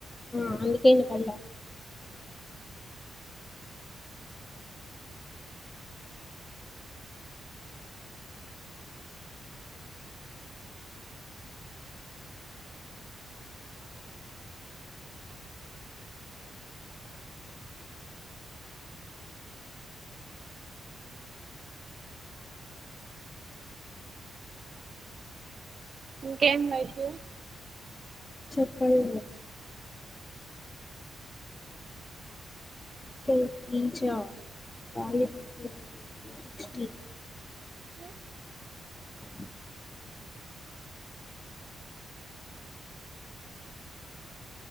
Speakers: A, on the left (about 20°); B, on the right (about 45°).
A: <unintelligible> పళ్ళ
B: ఇంకేం వైషు
A: చెప్పాలి చికెన్ పీజ్జా వాళ్ళు <unintelligible>
B: అ
A: <inaudible>